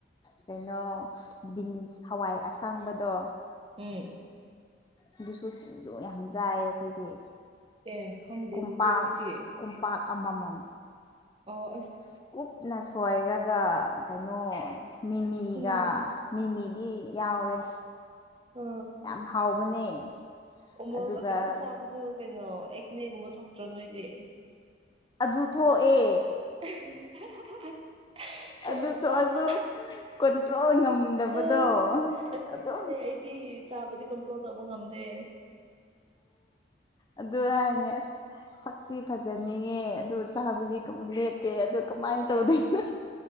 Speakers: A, on the left; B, on the right.
A: ꯀꯩꯅꯣ ꯕꯤꯟꯁ ꯍꯋꯥꯏ ꯑꯁꯥꯡꯕꯗꯣ
B: ꯑꯝ
A: ꯑꯗꯨꯁꯨ ꯁꯤꯡꯖꯨ ꯌꯥꯝ ꯌꯆꯥꯏ ꯑꯩꯈꯣꯏꯗꯤ
B: ꯑꯦ ꯈꯪꯗꯦ
A: ꯀꯨꯝꯝꯄꯥꯛ
B: ꯑꯗꯨꯗꯤ ꯑꯩꯈꯣꯏꯗꯤ
A: ꯀꯨꯝꯝꯄꯥꯛ ꯑꯃꯃꯝ
B: ꯑꯣ
A: ꯁ ꯀꯨꯞ ꯅ ꯁꯣꯏꯔꯒ ꯀꯩꯅꯣ ꯃꯤꯃꯤꯒ
B: ꯎꯝ
A: ꯃꯤꯃꯤꯗꯤ ꯌꯥꯎꯔꯦ
B: ꯑ
A: ꯌꯥꯝ ꯍꯥꯎꯕꯅꯦ
B: ꯃꯣꯔꯣꯛ
A: ꯑꯗꯨꯒ
B: ꯑꯗꯨꯝꯃꯛ ꯆꯥꯕꯗꯨ ꯀꯩꯅꯣ ꯑꯦꯛꯅꯦꯒꯨꯝꯕ ꯊꯣꯛꯇ꯭ꯔꯣ ꯅꯣꯏꯗꯤ
A: ꯑꯗꯨ ꯊꯣꯛꯑꯦ
B: <inaudible>
A: ꯑꯗꯨ ꯊꯣꯛꯑꯁꯨ
B: ꯆꯥꯕ
A: ꯀꯣꯟꯇ꯭ꯔꯣꯜ ꯉꯝꯗꯕꯗꯣ
B: ꯑ ꯑꯩꯈꯣꯏꯁꯨꯅꯦ
A: ꯑꯗꯨꯝ
B: ꯑꯩꯗꯤ ꯆꯥꯕꯗꯤ ꯀꯟꯇ꯭ꯔꯣꯜ ꯇꯧꯕ ꯉꯝꯗꯦ
A: ꯑꯗꯨ ꯑꯗꯨ ꯍꯥꯏꯁ ꯁꯛꯇꯤ ꯐꯖꯅꯤꯡꯉꯦ ꯑꯗꯨ ꯆꯥꯕꯨꯗꯤ ꯀꯩ ꯂꯦꯞꯇꯦ ꯑꯗꯨ ꯀꯃꯥꯏꯅ ꯇꯧꯗꯣꯏꯅꯣ
B: ꯑꯪ